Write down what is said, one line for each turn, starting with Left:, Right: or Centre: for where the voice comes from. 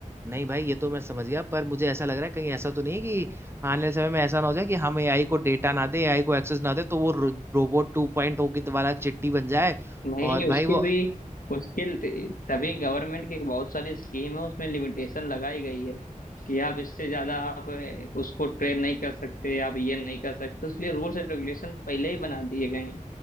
Right: नहीं भाई ये तो मैं समझ गया पर मुझे ऐसा लग रहा है कहीं ऐसा तो नहीं है कि आने वाले समय में ऐसा ना हो जाए कि हम एआई को डेटा ना दे एआई को एक्सेस ना दे तो वो रो, रोबोट टू पॉइंट ओ की वाला चिट्टी बन जाए
Left: नहीं
Right: और
Left: उसके
Right: भाई वो
Left: भी उसके तभी गवर्नमेंट की बहुत सारी स्कीम है उसमें लिमिटेशन लगाई गई है कि आप इससे ज्यादा आप उसको ट्रेन नहीं कर सकते आप ये नहीं कर सकते उसके लिए रूल्स एंड रेगुलेशन पहले ही बना दिए गए हैं